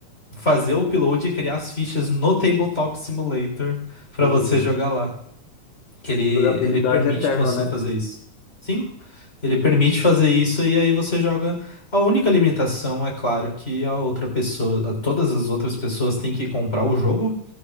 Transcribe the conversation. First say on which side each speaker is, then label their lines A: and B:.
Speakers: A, on the left (about 20°); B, on the left (about 80°).
A: fazer o upload e criar as fichas no Tabletop Simulator para
B: Hum,
A: você jogar lá. que ele,
B: durabilidade
A: ele permite
B: eterna,
A: você
B: né?
A: fazer isso. Sim, ele permite fazer isso e aí você joga. A única limitação é claro que a outra pessoa, a- todas as outras pessoas têm que comprar o jogo,